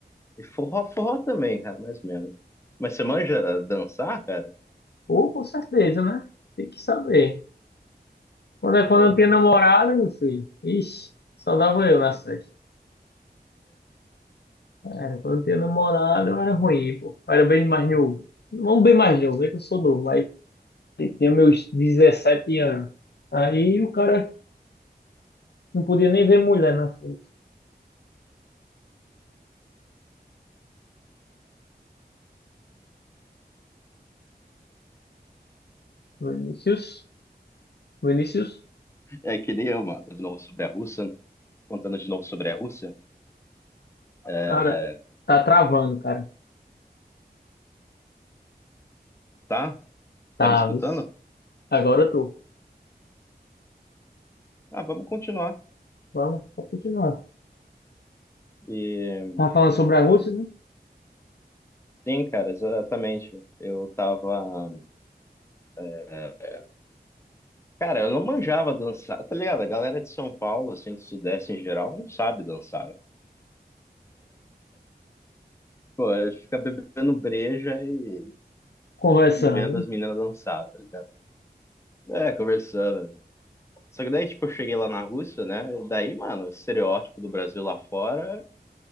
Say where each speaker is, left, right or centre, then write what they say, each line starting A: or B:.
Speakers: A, on the left; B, on the left.
A: E forró, forró também, cara, mais ou menos. Mas você manja dançar, cara?
B: Ou com certeza, né? Tem que saber. Quando, é- quando
A: Ou-
B: eu não tinha namorada, meu filho, ixi, só dava eu na festa. Era quando eu não tinha namorada, eu era ruim, pô. Eu era bem mais novo. Não bem mais novo, é que eu sou novo, mas Eu Tinha meus 17 anos. Aí o cara não podia nem ver mulher na frente. Vinícius, Vinícius,
A: É que nem eu, mano, de novo sobre a Rússia, né? contando de novo sobre a Rússia. É,
B: cara, tá travando, cara.
A: tá?
B: Tá,
A: Tá me escutando?
B: isso. Agora eu tô.
A: Ah, vamos continuar.
B: Vamos, pode continuar.
A: E
B: Tava falando sobre a Rússia, né?
A: sim, cara, exatamente. Eu tava. é, Cara, eu não manjava dançar, tá ligado? A galera de São Paulo, assim, do Sudeste em geral, não sabe dançar. Pô, a gente fica bebendo breja e,
B: Conversando,
A: e vendo
B: né?
A: as meninas dançar, tá ligado? É, conversando. Só que daí, tipo, eu cheguei lá na Rússia, né? Daí, mano, o estereótipo do Brasil lá fora